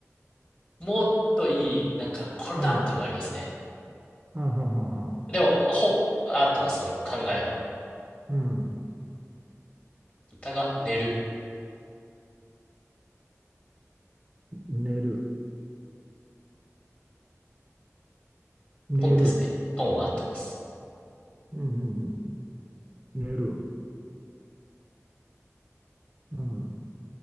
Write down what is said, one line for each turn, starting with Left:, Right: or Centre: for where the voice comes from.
Left: もっといい、なんか、これだってのがありますね。
Right: うん。はんはんはんはん。
Left: でも、ほ、合ってます、その考えは。
Right: うん。
Left: 豚が寝る。
Right: 寝る。寝る。
Left: 本ですね。本は合ってます。
Right: うん、うん、うん。寝る。うん。